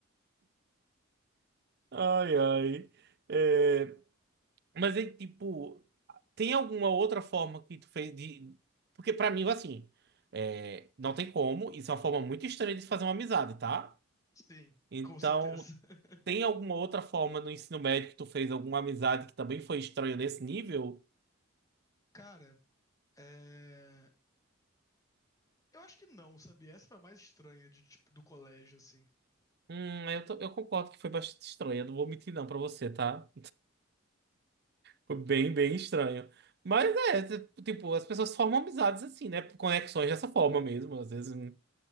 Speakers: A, on the right; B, on the left.
A: Ai, ai. É, mas aí, tipo, tem alguma outra forma que tu fez de. Porque pra mim, assim, é, não tem como. Isso é uma forma muito estranha de se fazer uma amizade, tá?
B: sim,
A: Então,
B: com certeza. <laughs>
A: tem alguma outra forma no ensino médio que tu fez alguma amizade que também foi estranha nesse nível?
B: Cara, é. Eu acho que não, sabia? Essa foi a mais estranha de, de- do colégio, assim.
A: Hum, eu, tô- eu concordo que foi bastante estranha. Não vou mentir, não, pra você, tá? Foi bem, bem estranho. Mas é, t- tipo, as pessoas formam amizades assim, né? Por Conexões dessa forma mesmo. Às vezes, hum,